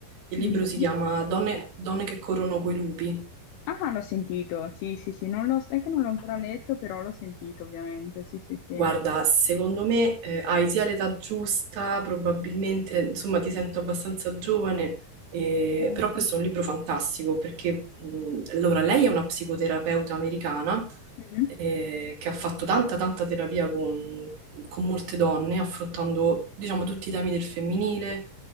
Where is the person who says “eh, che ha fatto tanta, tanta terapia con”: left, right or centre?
Right